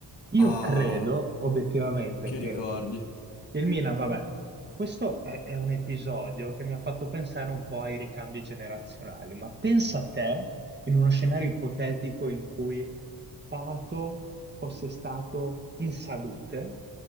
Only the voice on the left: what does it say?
Ah,
che
ricordi?